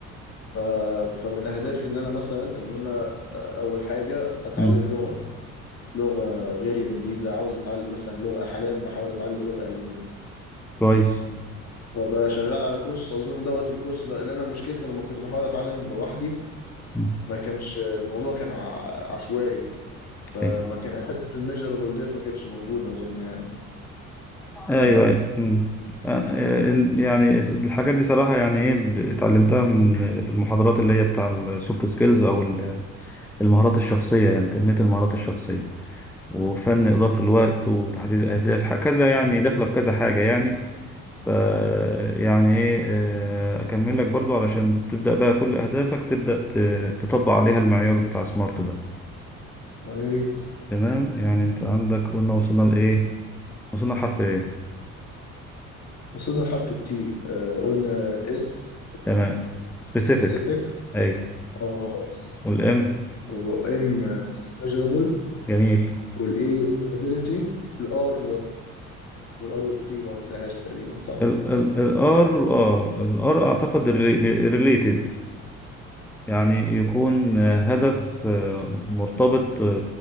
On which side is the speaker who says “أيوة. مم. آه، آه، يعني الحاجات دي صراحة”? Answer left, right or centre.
Centre